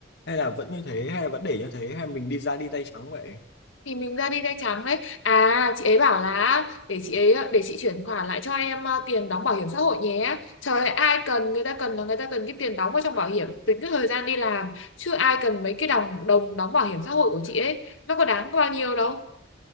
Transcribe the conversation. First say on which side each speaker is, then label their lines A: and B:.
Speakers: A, on the left (about 60°); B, on the left (about 80°).
A: hay là vẫn như thế hay là vẫn để như thế hay mình đi ra đi tay trắng vậy
B: thì mình ra đi tay trắng đấy à chị ấy bảo là để chị ấy để chị chuyển khoản lại cho em ờ, tiền đóng bảo hiểm xã hội nhé trời ơi, ai cần người ta cần là người ta cần cái tiền đóng vào trong bảo hiểm tính cái thời gian đi làm chứ ai cần mấy cái đồng đồng đóng bảo hiểm xã hội của chị ấy nó có đáng bao nhiêu đâu